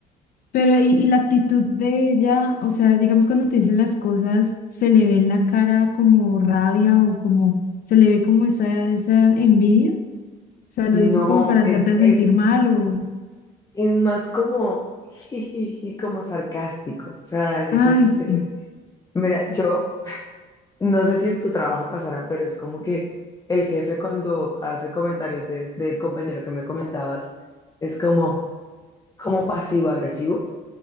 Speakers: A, on the left; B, on the left.
A: Pero y, y la actitud de ella, o sea, digamos cuando te dice las cosas, se le ve en la cara como rabia o como, se le ve como esa, esa envidia, o sea, lo
B: No,
A: dice como para
B: es,
A: hacerte
B: es,
A: sentir mal o,
B: es más como, <laughs> jijiji, como sarcástico. O sea, ese
A: ay,
B: es,
A: sí.
B: ese. Mira, yo no sé si en tu trabajo pasará, pero es como que el jefe cuando hace comentarios de- del compañero que me comentabas, es como, como pasivo-agresivo.